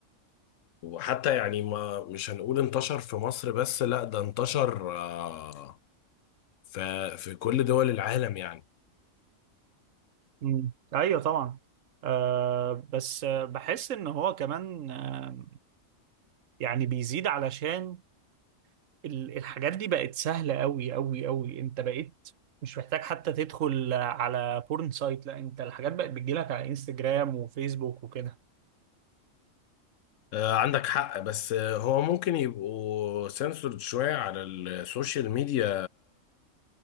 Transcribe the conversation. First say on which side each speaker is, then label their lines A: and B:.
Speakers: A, on the left (about 75°); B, on the right (about 80°).
A: وحتى يعني ما مش هنقول انتشر في مصر بس لا ده انتشر آه في في كل دول العالم يعني
B: امم ايوه طبعا أه بس آه، بحس ان هو كمان آه، يعني بيزيد علشان ال- الحاجات دي بقت سهلة قوي قوي قوي انت بقيت مش محتاج حتى تدخل على بورن سايت لا انت الحاجات بقت بتجيلك على انستجرام وفيسبوك وكده
A: آه عندك حق بس آه، هو ممكن يبقوا سنسورد شوية على السوشيال ميديا